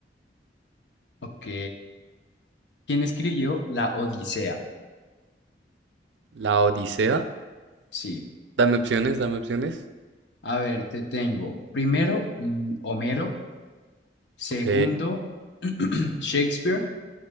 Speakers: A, on the left; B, on the right.
A: ok. ¿Quién escribió la Odisea?
B: La Odisea.
A: Sí.
B: Dame opciones, dame opciones.
A: A ver, te tengo. Primero, mm, Homero. Segundo,
B: Ok,
A: <clears throat> Shakespeare.